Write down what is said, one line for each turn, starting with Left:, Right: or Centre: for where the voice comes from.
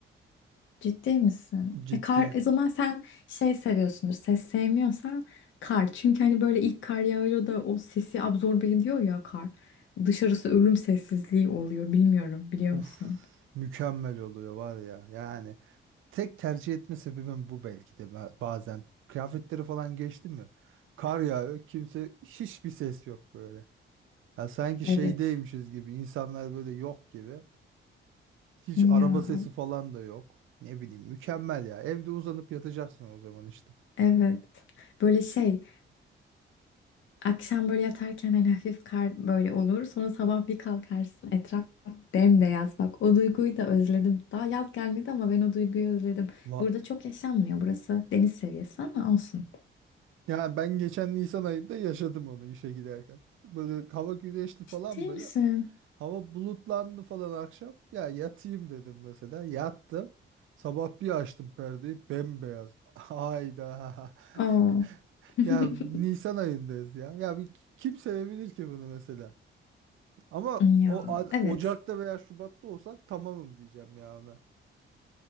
Left: Ciddi misin?
Right: Ciddi.
Left: E, kar, e, o zaman sen şey seviyorsundur. Ses sevmiyorsan kar. Çünkü hani böyle ilk kar yağıyor da o sesi absorbe ediyor ya kar. Dışarısı ölüm sessizliği oluyor. Bilmiyorum biliyor
Right: Uf,
Left: musun?
Right: mükemmel oluyor var ya yani. Tek tercih etme sebebim bu belki de ba- bazen. Kıyafetleri falan geçti mi? Kar yağıyor kimse hiçbir ses yok böyle. Ya sanki şeydeymişiz
Left: Evet.
Right: gibi insanlar böyle yok gibi. Hiç
Left: Ya
Right: araba sesi falan da yok. Ne bileyim mükemmel ya. Evde uzanıp yatacaksın o zaman işte.
Left: Evet. Böyle şey, akşam böyle yatarken hani hafif kar böyle olur. Sonra sabah bir kalkarsın. Etraf bembeyaz. Bak o duyguyu da özledim. Daha yaz gelmedi ama ben o duyguyu özledim.
Right: Va
Left: Burada çok yaşanmıyor. Burası deniz seviyesi ama olsun.
Right: yani ben geçen Nisan ayında yaşadım onu işe giderken. Böyle hava güneşli falan
Left: Ciddi
Right: böyle.
Left: misin?
Right: Hava bulutlandı falan akşam. Ya yatayım dedim mesela. Yattım. Sabah bir açtım perdeyi bembeyaz. <laughs> Hayda.
Left: Oo.
Right: <laughs>
Left: <laughs>
Right: Ya Nisan ayındayız ya. Ya bir kim sevebilir ki bunu mesela? Ama
Left: Ya
Right: o a-
Left: evet.
Right: Ocak'ta veya Şubat'ta olsak tamamım diyeceğim ya ona.